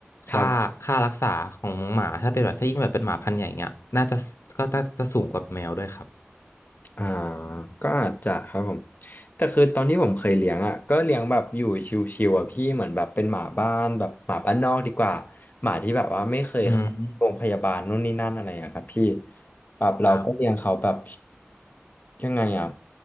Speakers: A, on the left; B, on the left.
A: ค่าค่ารักษาของหมาถ้าเป็นแบบถ้ายิ่งแบบเป็นหมาพันธุ์ใหญ่เงี้ยน่าจะก็น่าจะสูงกว่าแมวด้วยครับ
B: ครับ อ่าก็อาจจะครับผมแต่คือตอนที่ผมเคยเลี้ยงอ่ะก็เลี้ยงแบบอยู่ชิวๆอ่ะพี่เหมือนแบบเป็นหมาบ้านแบบหมาบ้านนอกดีกว่าหมาที่แบบว่าไม่เคยเข้าโรงพยาบาลนู่นนี่นั่นอะไรอ่ะครับพี่
A: อืม
B: แบบเราก็เลี้ยงเขาแบบ
A: ครับ
B: ยังไงอ่ะ